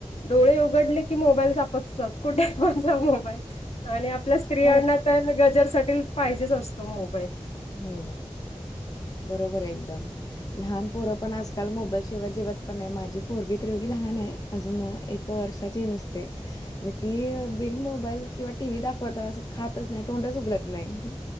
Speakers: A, on the left; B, on the left.
A: डोळे उघडले की मोबाईल चापसतात कुठंय माझा मोबाईल आणि आपल्या स्त्रियांना
B: हो
A: तर गजरसाठी पाहिजेच असतो मोबाईल
B: हो बरोबर आहे एकदम लहानपोर पण आजकाल मोबाईल शिवाय जेवत पण नाही माझी पोरगी तर एवढी लहान आहे अजून एक वर्षाची आहे नुसते आणि ती बिन मोबाईल किंवा टी. व्ही दाखवत खातच नाही तोंडच उघडत नाही